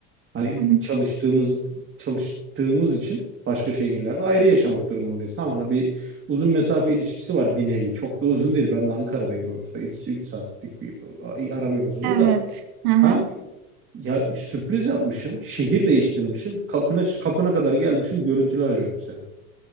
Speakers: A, on the right; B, on the right.
A: Hani
B: Hı hı.
A: çalıştığımız çalıştığımız için başka şehirlerde ayrı yaşamak durumundayız. Tamam mı? bir uzun mesafe ilişkisi var bir nevi. Çok da uzun değil. Ben de Ankara'dayım sonuçta. 2-3 saatlik bir araba yolculuğu
B: Evet.
A: da.
B: Hı hı.
A: Kanka ya sürpriz yapmışım. Şehir değiştirmişim. Kapına kapına kadar gelmişim. Görüntülü arıyorum seni.